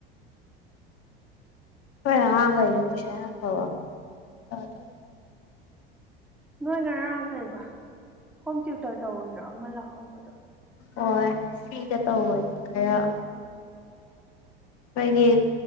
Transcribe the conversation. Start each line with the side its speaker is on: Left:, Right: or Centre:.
Left: ꯀ ꯍ ꯉꯥꯏꯔꯗꯤꯁꯦꯅ ꯐ ꯊ
Centre: ꯅꯣꯏ ꯉꯔꯥꯡ ꯀꯩꯔꯤꯕ ꯍꯣꯝ ꯇ꯭ꯌꯨꯇꯔ ꯇꯧꯔꯤꯔꯣ ꯑꯃ ꯂꯥꯛꯍꯧꯕꯗꯣ
Left: ꯍꯣꯏ ꯁꯤꯤꯗ ꯇ ꯍꯣꯏ ꯈꯔ
Centre: <unintelligible>
Left: ꯑꯩꯈꯣꯏꯒꯤ